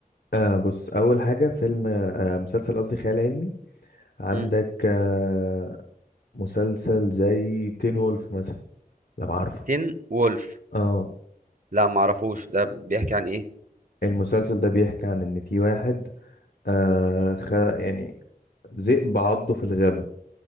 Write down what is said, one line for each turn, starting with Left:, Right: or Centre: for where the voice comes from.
Left: آه بص اول حاجة فيلم آه مسلسل قصدي خيال علمي عندك
Right: مم.
Left: آه مسلسل زي تين وولف مثلا لو عارفه
Right: تين وولف
Left: اه
Right: لا معرفوش ده بيحكي عن ايه
Left: المسلسل ده بيحكي عن ان في واحد آه خ... يعني ذئب عضه في الغابة